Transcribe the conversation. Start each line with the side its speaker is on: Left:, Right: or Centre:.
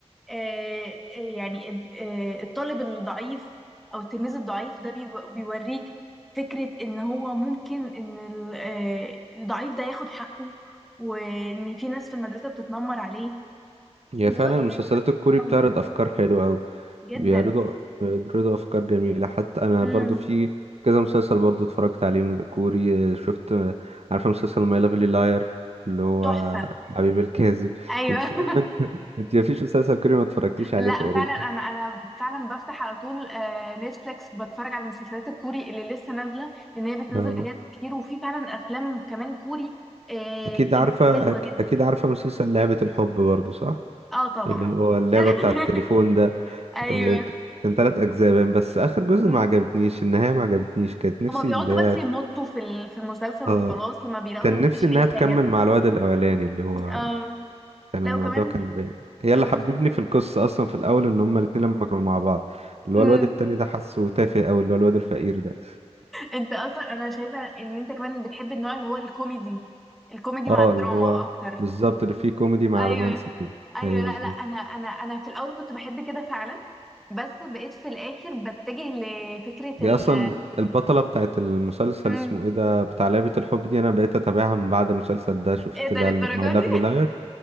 Centre: آه، آه، يعني آه، الطالب الضعيف او التلميذ الضعيف ده بيو- بيوريك فكرة ان هو ممكن ان ال- آه، الضعيف ده ياخد حقه وان في ناس في المدرسة بتتنمر عليه
Right: هي
Centre: بيواجه
Right: فعلا
Centre: يعني
Right: المسلسلات الكوري
Centre: تنمر
Right: بتعرض افكار حلوة قوي
Centre: جدا
Right: بيعرضوا بيعرضوا افكار جميله حتى انا
Centre: امم
Right: برضو في كذا مسلسل برضو اتفرجت عليه من- كوري آه، شفت آه، عارفه مسلسل ماي لافلي لاير اللي هو
Centre: تحفة
Right: حبيب الكاذب
Centre: ايوه
Right: انت تقريباً-
Centre: <laughs>
Right: انت مفيش مسلسل كوري ما اتفرجتيش عليه
Centre: لا
Right: تقريبا
Centre: فعلا انا انا فعلا بفتح على طول آه، نتفليكس بتفرج على المسلسلات الكوري اللي لسه نازلة لان هي بتنزل
Right: اه
Centre: حاجات كتير وفي فعلا افلام كمان كوري آه،
Right: اكيد
Centre: كانت
Right: عارفه
Centre: حلوة
Right: أك-
Centre: جدا
Right: اكيد عارفه مسلسل لعبه الحب برضو صح
Centre: اه طبعا
Right: اللي هو اللعبه
Centre: <laughs>
Right: بتاع التليفون ده
Centre: ايوه
Right: أنت- كان ثلاث اجزاء باين، بس اخر جزء
Centre: مم.
Right: ما عجبتنيش النهايه ما عجبتنيش كانت نفسي
Centre: هما بيقعدوا
Right: اللي هي
Centre: بس يمطوا في ال- في المسلسل
Right: اه
Centre: وخلاص لما بيلاقوا
Right: كان
Centre: انه مفيش
Right: نفسي انها
Centre: اي
Right: تكمل
Centre: حاجه
Right: مع الواد الاولاني اللي هو
Centre: اه
Right: كان
Centre: لا
Right: الموضوع
Centre: وكمان
Right: كان باين هي
Centre: كمان
Right: اللي حببني في القصة أصلا في الأول إن هما الاتنين لما كانوا مع بعض اللي
Centre: مم.
Right: هو الواد التاني ده حاسه تافه أوي اللي هو الواد الفقير ده
Centre: انت اصلا انا شايفه ان انت كمان بتحب النوع اللي هو الكوميدي الكوميدي
Right: اه
Centre: مع الدراما
Right: اللي هو
Centre: اكتر
Right: بالظبط اللي فيه كوميدي مع
Centre: ايوه
Right: رومانسي كده
Centre: ايوه
Right: هي بالظبط
Centre: لا لا انا انا انا في الاول كنت بحب كده فعلا بس بقيت في الاخر بتجه لفكره
Right: هي
Centre: ال
Right: أصلا البطلة بتاعت المسلسل
Centre: مم.
Right: اسمه ايه ده بتاع لعبة الحب دي أنا بقيت أتابعها من بعد المسلسل ده شفت
Centre: ايه ده
Right: لها
Centre: للدرجه
Right: ماي لافلي
Centre: دي
Right: لاير